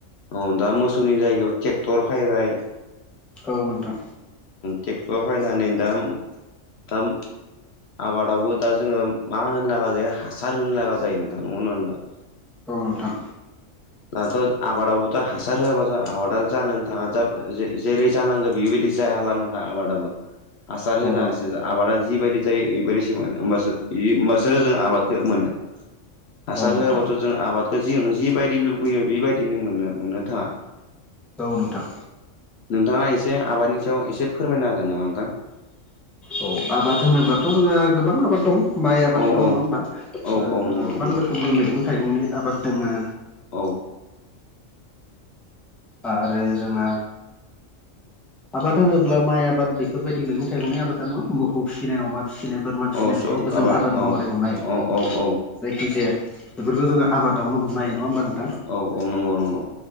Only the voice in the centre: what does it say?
औ नोंथां
औ नोंथां
औ
नोंथां
औ नोंथां
औ आबाद होनोब्लाथ' जोंहा गोबां आबाद दं माइ आबादल'
नङा होमबा
जोंहा
गोबां
रोखोम रोखोमनि मैगं थाइगंनि आबाद दोङो
आरो जोंहा आबाद होनोब्ला माइ आबाद बेफोरबायदि मैगं थाइगंनि आबादा नङा मोखौ फिसिनाय अमा फिसिनाय बोरमा फिसिनाय
बेफोरखौबो जों आबाद
महरैखौ नायो
जायखिजाया बेफोरखौ जोंङो आबादावनो हमनो हायो नंङा होमबा नो